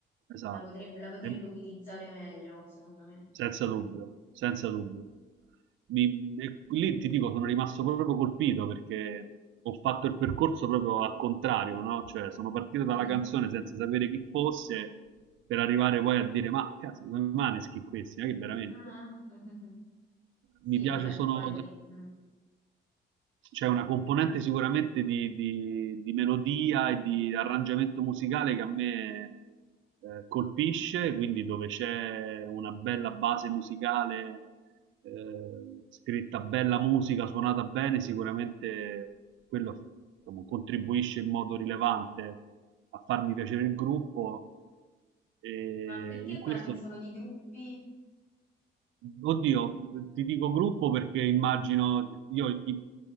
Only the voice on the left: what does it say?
La potrebbe, la potrebbe
utilizzare meglio, secondo me.
Mhm.
Ah, <laughs> Sì,
vabbè,
poi lì. mm.
Ma perché
parli solo di gruppi?